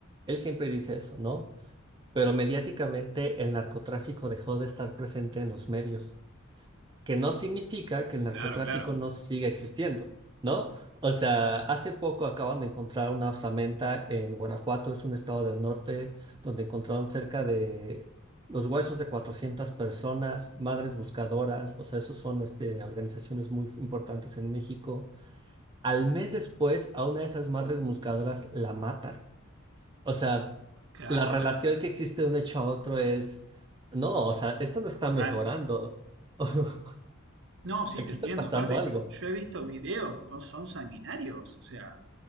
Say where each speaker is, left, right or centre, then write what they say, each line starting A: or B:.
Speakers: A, on the right; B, on the right.
A: Él siempre dice eso, ¿no? Pero mediáticamente el narcotráfico dejó de estar presente en los medios que no significa que el narcotráfico
B: Claro, claro,
A: no siga existiendo, ¿no? O sea, hace poco acaban de encontrar una osamenta en Guanajuato, es un estado del norte, donde encontraron cerca de los huesos de 400 personas, madres buscadoras, o sea, esos son este, organizaciones muy importantes en México. Al mes después, a una de esas madres buscadoras la matan. O sea,
B: claro,
A: la relación
B: claro.
A: que existe de un hecho a otro es, no, o sea, esto no está
B: Total.
A: mejorando. <laughs>
B: No, sí,
A: aquí
B: te entiendo.
A: está pasando
B: Aparte,
A: algo.
B: yo he visto videos, son, son sanguinarios. O sea,